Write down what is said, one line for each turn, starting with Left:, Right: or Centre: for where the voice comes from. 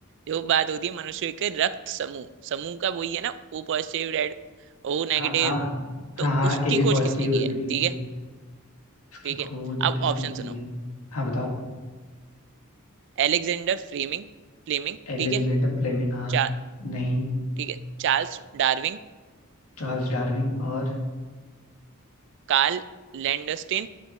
Right: जो बात होती है मनुष्य के रक्त समूह समूह का वही है ना O positive red O
Left: हाँ
Right: negative
Left: हाँ
Right: तो
Left: हाँ हाँ
Right: उसकी
Left: A B
Right: खोज
Left: positive
Right: किसने की
Left: A
Right: है
Left: B negative
Right: ठीक है
Left: इसकी
Right: ठीक है
Left: खोज
Right: अब
Left: किसने
Right: ऑप्शन
Left: की
Right: सुनो
Left: है हाँ बताओ
Right: एलेक्जेंडर फ्लेमिंग फ्लेमिंग
Left: एलेक्जेंडर
Right: ठीक है
Left: फ्लेमिंग हाँ
Right: चा,
Left: नहीं
Right: ठीक है चार्ल्स डार्विन
Left: चार्ल्स डार्विन और
Right: कार्ल लैंडस्टीन